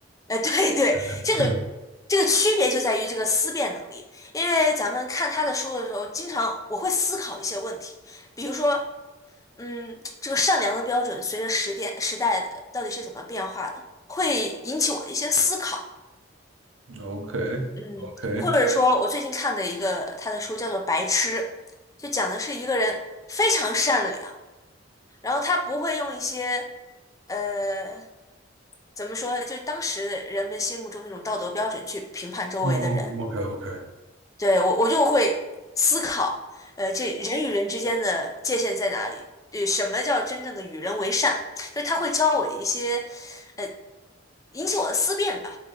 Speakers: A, on the left; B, on the right.
A: 呃，对对，
B: <laughs>
A: 这个这个区别就在于这个思辨能力，因为咱们看他的书的时候，经常我会思考一些问题，比如说，嗯，这个善良的标准随着时点时代的到底是怎么变化的，会引起我的一些思考，
B: o k
A: 嗯，
B: o k
A: 或者说我最近看的一个他的书叫做《白痴》，就讲的是一个人非常善良，然后他不会用一些呃。怎么说呢？就是当时人们心目中那种道德标准去评判周围的人。
B: 哦 o k o k
A: 对，我，我就会思考，呃，这人与人之间的界限在哪里？对，什么叫真正的与人为善？就是他会教我一些，呃，引起我的思辨吧。